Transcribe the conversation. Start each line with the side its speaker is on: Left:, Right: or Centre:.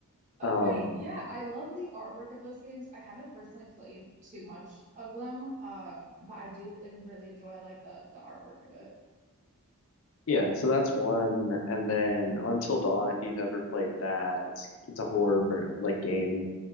Right: okay.
Left: Um,
Right: Yeah, I love the artwork of those games. I haven't personally played too much of them, um, but I do and really enjoy like the the artwork of it.
Left: Yeah, so that's one, and then Until Dawn, if you've ever played that, it's it's a horror ver- like game.